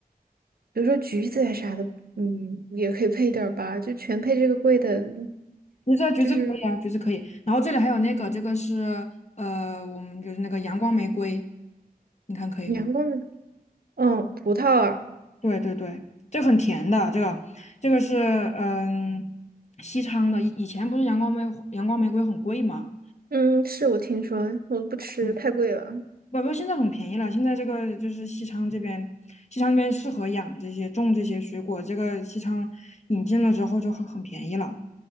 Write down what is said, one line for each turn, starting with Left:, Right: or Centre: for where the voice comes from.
Right: 比如说橘子呀啥的，嗯，也可以配点儿吧，就全配这个贵的，
Left: 橘子啊，橘子可以啊，
Right: 就是。
Left: 橘子可以。然后这里还有那个，这个是呃，我们就是那个阳光玫瑰，你看可以不？
Right: 年糕是，嗯，葡萄啊，
Left: 对对对，这个很甜的，这个这个是嗯西昌的，以以前不是阳光玫阳光玫瑰很贵吗？
Right: 嗯，是我听说，我不吃，
Left: 嗯
Right: 太贵了。
Left: 宝宝现在很便宜了。现在这个就是西昌这边，西昌那边适合养这些、种这些水果。这个西昌引进了之后就很很便宜了。